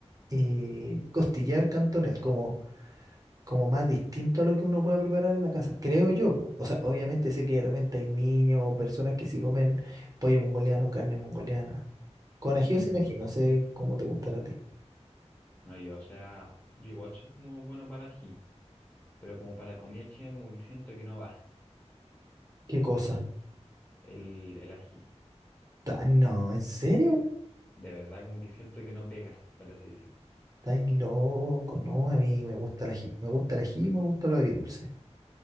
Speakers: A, on the right (about 30°); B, on the left (about 20°).
A: eh, costillar cantonés, como como más distinto a lo que uno pueda preparar en la casa, creo yo, po. O sea, obviamente sé que de repente hay niños o personas que sí comen pollo mongoliano, carne mongoliana. Con ají
B: Mm,
A: o sin ají, no sé cómo te gustará a ti.
B: No, yo, o sea, yo igual soy como bueno para el ají. Pero como para la comida china como que siento que no va
A: ¿Qué cosa?
B: el, el ají.
A: Ta- No, ¿en serio?
B: De verdad, como que siento que no pega, por así decir.
A: Estáis loco, no, a mí me gusta el ají, me gusta el ají y me gusta lo agridulce. O